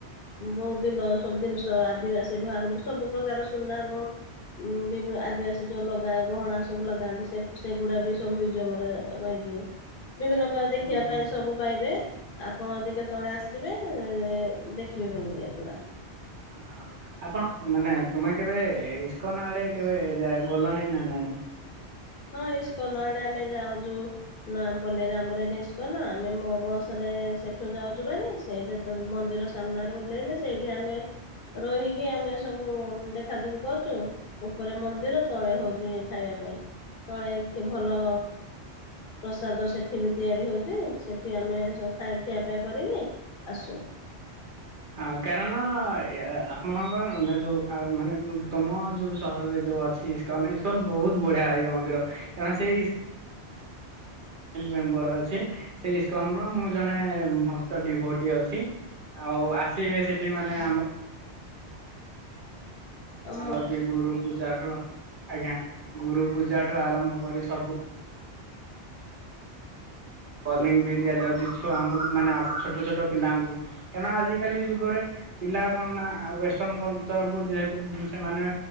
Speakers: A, on the left (about 55°); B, on the right (about 50°).
A: ବହୁତ ଦିନ ସବୁ ଜିନିଷ ଆଦିବାସୀ ଠୁ ଆରମ୍ଭ ସବୁ ପ୍ରକାର ସୁନା ବିଭିନ୍ନ ଆଦିବାସୀ ଯୋଉ ଲଗା ଗହଣା ସବୁ ଲଗାନ୍ତି ସେଗୁଡା ବି ସବୁ ମ୍ୟୁଜିୟମ ରେ ରହିଛି ବିଭିନ୍ନ ପ୍ରକାର ଶଖିବା
B: ହୁଁ
A: ପାଇଁ ସବୁ ପାଇବେ। ଆପଣ ଯ କେତେବେଳେ ଆସିବେ ଦେଖିବେ ବୁଲିକି ଏଗୁଡା।
B: ହଁ ଆପଣ ମାନେ ତୁମେ କେବେ ଇସ୍କନ ଆଡେ କେବେ ଗଲାଣି ନା ନାଇଁ?
A: ହଁ ଇସ୍କନ ଆଡେ ଆମେ ଯାଉଛୁ ନୂଆପଲ୍ଲୀ ରେ ଆମର ଏଠି ଇସ୍କନ ଆମେ ମୋ ବସରେ ସେଠୁ ଯାଉଛୁ ଭାରି ସେଇଠ ତ ମନ୍ଦିର ସାମ୍ନାରେ ଓହ୍ଲେଇଲେ ସେଇଠି ଆମେ ରହିକି ଆମେ ସବୁ ଦେଖାଦୁଖି କରୁଛୁ ଉପରେ ମନ୍ଦିର ତଳେ ହଉଛି ଖାଇବା ପାଇଁ। ତଳେ ଭଲ ପ୍ରସାଦ ସେଠି ବି ତିଆରି ହେଉଛି ସେଠି ଆମେ ସୁ ଖାଇ ଖିଆପିଆ କରିକି ଆସୁ।
B: ହଁ କାରଣ ଆପଣଙ୍କର ଯୋଉ ମାନେ ତମ ଯୋଉ ସହରରେ ଯୋଉ ଅଛି ଇସ୍କନ ଇସ୍କନ ବହୁତ ବଢିଆ ହେଇ ମନ୍ଦିର କାରଣ ସେ ନଟ୍ ମେମ୍ବର ଅଛି ସେଇ ଇସ୍କନର ମୁଁ ଜଣେ ଭକ୍ତ ଡିଭୋଟି ଅଛି ଆଉ ଆସିବେ ସେଠି ମାନେ ଆମ
A: ଆଉ
B: ଆମର
A: ମୁଁ
B: ବି ଗୋରୁ ପୂଜାଠୁ ଆଜ୍ଞା ଗୁରୁ ପୂଜା ଠୁ ଆରମ୍ଭ କରି ସବୁ ୱର୍ଣିଂ ବି ଦିଆଯାଉଛି ଛୁଆଙ୍କୁ ମାନେ ଛୋଟ ଛୋଟ ପିଲାଙ୍କୁ କାରଣ ଆଜିକାଲି ଯୁଗରେ ପିଲା କଣ ନା ୱେଷ୍ଟର୍ଣ୍ଣ କଲଚରକୁ ଯେହେତୁ ସେମାନେ